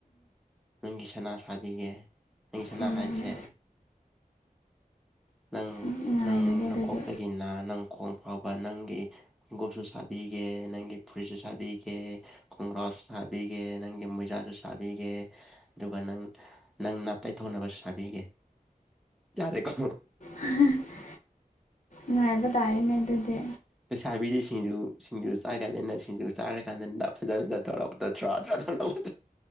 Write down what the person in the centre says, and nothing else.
ꯅꯪꯒꯤ ꯁꯅꯥ ꯁꯥꯕꯤꯒꯦ ꯅꯪꯒꯤ ꯁꯅꯥ
ꯍꯥꯏꯕꯁꯦ꯫
ꯅꯪ
ꯅꯪ
ꯅꯀꯣꯛꯇꯒꯤꯅ ꯅꯪ ꯈꯣꯡ ꯐꯥꯎꯕ ꯅꯪꯒꯤ꯫ ꯒꯣꯞꯁꯨ ꯁꯥꯕꯤꯒꯦ ꯅꯪꯒꯤ ꯐꯨꯔꯤꯠꯁꯨ ꯁꯥꯕꯤꯒꯦ꯫ ꯈꯣꯡꯒ꯭ꯔꯥꯎꯁꯨ ꯁꯥꯕꯤꯒꯦ ꯅꯪꯒꯤ ꯃꯣꯏꯖꯥꯁꯨ ꯁꯥꯕꯤꯒꯦ꯫ ꯑꯗꯨꯒ ꯅꯪ ꯅꯪ ꯅꯥꯞ ꯇꯥꯏꯊꯣꯛꯅꯕꯁꯨ ꯁꯥꯕꯤꯒꯦ ꯌꯥꯔꯦꯀꯣ꯫
ꯂꯩꯁꯥꯕꯤꯗꯤ ꯁꯤꯡꯖꯨ ꯁꯤꯡꯖꯨ ꯆꯥꯒꯅꯤꯅ ꯁꯤꯡꯖꯨ ꯆꯥꯔꯀꯥꯟꯗ ꯇꯞꯇꯧꯔꯄ꯫ ꯊꯔꯥ ꯇꯔꯥ ꯊ ꯂꯧꯕ